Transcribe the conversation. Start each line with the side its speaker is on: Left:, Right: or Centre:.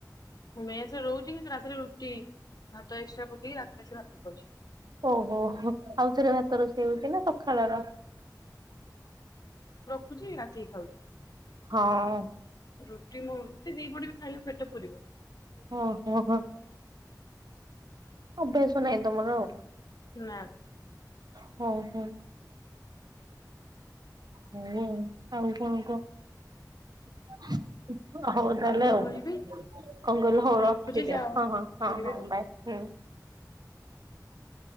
Left: ମୁଁ ମେସ୍ ରହୁଛି କିନ୍ତୁ ରାତିରେ ରୁଟି ଭାତ ଏକ୍ସଟ୍ରା ପକେଇକି ରାତିରେ ଆସି ଭାତକୁ ଖାଉଛି।
Right: ଓହୋହୋ ଆଉଥରେ ଭାତ ରୋଷେଇ ହଉଚି, ନା ସକାଳର?
Left: ଉଛି ରା ଟି ଖାଉଛି
Right: ହଁ
Left: <inaudible> ରୁଟି ମୁଁ ଦି ପଟ ଖାଇଲେବି ମୋ ପେଟ ପୁରିବନି।
Right: ଓହୋ ହୋ। ଅଭ୍ୟାସ ନାହିଁ ତମର ଆଉ।
Left: ନାଁ।
Right: ହ ହୋ। ହୁଁ। ଆଉ କଣ କହ? <inaudible> ହଉ ତାହେଲେ
Left: କଣ
Right: ଆଉ,
Left: କହିବି
Right: କଣ କହିଲ ହଉ
Left: ମୁଁ
Right: ରଖିଦିଅ
Left: ରଖୁଛି ଯାଅ
Right: ହଁ ହଁ ହଁ
Left: କରିବେ
Right: ହଁ
Left: ଆଉ।
Right: ବାଏ ହଁ। <inaudible>